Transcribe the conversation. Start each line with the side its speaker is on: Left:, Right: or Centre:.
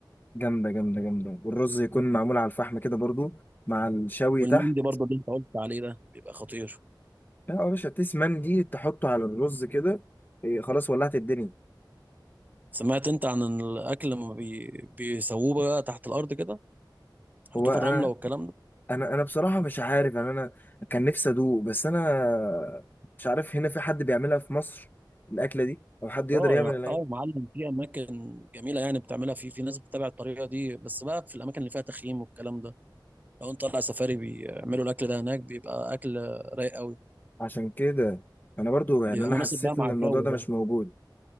Left: جامدة جامدة جامدة والرز يكون معمول على الفحم كده برضو مع الشوي
Right: والمندي
Left: تحت
Right: برضو اللي انت قلت عليه ده بيبقى خطير
Left: اه يا باشا تيس مان دي تحطه على الرز كده إيه، خلاص ولعت الدنيا
Right: سمعت انت عن الاكل لما بي... بيسووه بقى تحت الارض كده يحطوه
Left: هو انا
Right: في الرمله والكلام ده
Left: انا انا بصراحة مش عارف يعني انا كان نفسي ادوق بس انا مش عارف هنا في حد بيعملها في مصر الاكلة دي او حد يقدر
Right: اه
Left: يعمل
Right: يا
Left: الأكلة
Right: اه يا
Left: دي.
Right: معلم في اماكن جميله يعني بتعملها في في ناس بتتابع الطريقه دي بس بقى في الاماكن اللي فيها تخييم والكلام ده لو انت طالع سفاري بيعملوا الاكل ده هناك بيبقى اكل رايق قوي
Left: عشان كده انا برضو يعني
Right: بيبقى
Left: انا
Right: مناسب
Left: حسيت
Right: بقى
Left: ان
Right: مع
Left: الموضوع
Right: الجو
Left: ده
Right: ده
Left: مش موجود